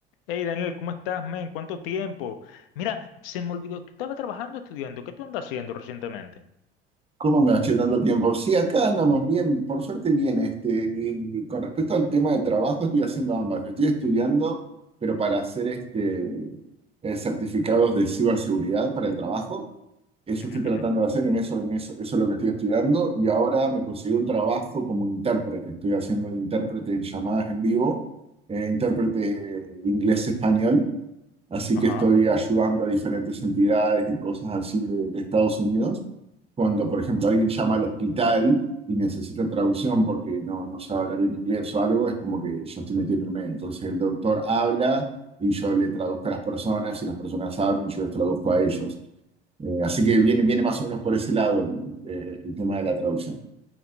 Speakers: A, on the left (about 65°); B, on the right (about 20°).
A: Hey Daniel, ¿cómo estás, men? ¿Cuánto tiempo? Mira, se me olvidó, tú estabas trabajando, estudiando. ¿Qué tú andas haciendo recientemente?
B: ¿Cómo andas, che, tanto tiempo? Sí, acá andamos bien, por suerte bien. Este, y con respecto al tema de trabajo, estoy haciendo ambas. Estoy estudiando, pero para hacer este, eh, certificados de ciberseguridad para el trabajo. Eso
A: Ujú,
B: estoy tratando
A: ujú.
B: de hacer, en eso, en eso, eso es lo que estoy estudiando. Y ahora me conseguí un trabajo como intérprete. Estoy haciendo de intérprete en llamadas en vivo, eh, intérprete inglés-español Así
A: Ajá,
B: que estoy ayudando a diferentes entidades y cosas así de, de Estados Unidos. Cuando, por ejemplo, alguien llama al hospital y necesita traducción porque no, no sabe hablar bien inglés o algo, es como que yo estoy metiéndome. Entonces el doctor habla y yo le traduzco a las personas y las personas hablan y yo les traduzco a ellos. Eh, así que viene, viene más o menos por ese lado el, eh, el tema de la traducción.